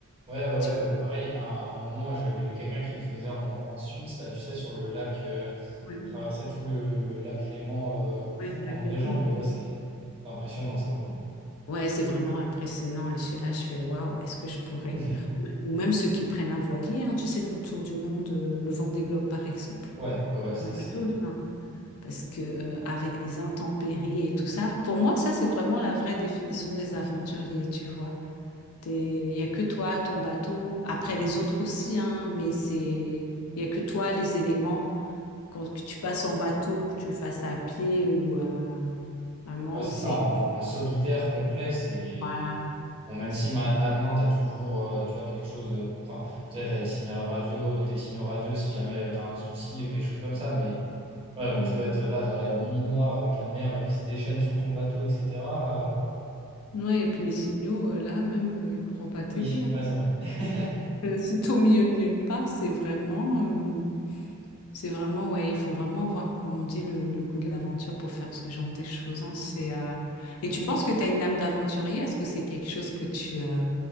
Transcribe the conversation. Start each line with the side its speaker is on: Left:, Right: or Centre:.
Right: Ouais, ouais, ouais,
Left: Tu-
Right: ouais, pareil, à un, à un moment, j'avais vu quelqu'un qui le faisait en, en Suisse, là, tu sais, sur le lac, euh,
Left: Ouais,
Right: il traversait tout le, le lac Léman euh, <laughs>
Left: ouais, le lac
Right: en nageant,
Left: Léman,
Right: mais ouais, c'est impressionnant, ça, pour le coup.
Left: Ouais, c'est vraiment impressionnant. Et je- suis là, je fais waouh, est-ce que je pourrais?
Right: <laughs>
Left: Ou même ceux qui prennent un voilier, hein, tu sais, le tour du monde, euh, le Vendée Globe par exemple.
Right: Ouais, ouais, ouais, ça,
Left: La
Right: c'est.
Left: Même chose, hein. Parce que euh, avec les intempéries et tout ça, pour moi, ça, c'est vraiment la vraie définition des aventuriers, tu vois. Il n'y a que toi, ton bateau, après les autres aussi, hein, mais c'est, il n'y a que toi, les éléments, quand, que tu passes en bateau, que tu le fasses à pied ou euh, vraiment,
Right: Ouais, c'est
Left: c'est,
Right: ça, en, en solitaire complet, c'est.
Left: voilà.
Right: Bon, même
Left: c'est-
Right: si ma- maintenant, tu as toujours euh, tu vois, quelque chose. euh, Enfin, tu sais, tu as des signaux radio, des signaux radio si jamais tu as un souci ou quelque chose comme ça. Mais ouais, quand
Left: hmm.
Right: tu dois être là dans la nuit noire avec la mer euh, qui se déchaîne sur ton bateau, etc. euh,
Left: Ouais, et puis les signaux, euh, là même, euh, ils pourront pas t'aider.
Right: Oui,
Left: hein.
Right: ouais, c'est vrai. <laughs>
Left: Euh, si t'es au milieu de nulle part, c'est vraiment, euh, c'est vraiment, ouais, il faut vraiment voir, comme on dit, le, le goût de l'aventure pour faire ce genre de choses. hein. C'est, euh, Et tu penses que tu as une âme d'aventurier? Est-ce que c'est quelque chose que tu, euh,